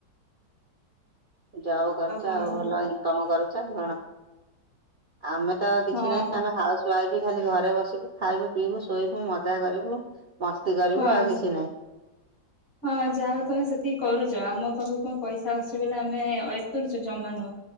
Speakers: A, on the right (about 80°); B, on the left (about 50°).
A: ଯାହଉ କରୁଛ
B: କଣ
A: ଆଉ
B: କୁହ
A: ଭଲ ଇନକମ କରୁଛ ଆଉ କଣ? ଆମେ ତ କିଛି
B: ହଁ
A: ନାହିଁ ଆମେ ହାଉସ୍ ଖାଇ ପି ଖାଲି ଘରେ ବସିବୁ ଖାଇବୁ ପିଇବୁ ଶୋଇବୁ ମଜା କରିବୁ ମସ୍ତି କରିବୁ
B: ହଁ
A: ଆଉ କିଛି ନହିଁ।
B: ହଁ ଯାହା ହଉ ତମେ ସେତିକି କରୁଛ ଆମ ପାଖକୁ କଣ ପଇସା ଆସୁଛି ବୋଲି ଆମେ ଅୟେସ କରୁଛୁ ଜମା ନୁହଁ।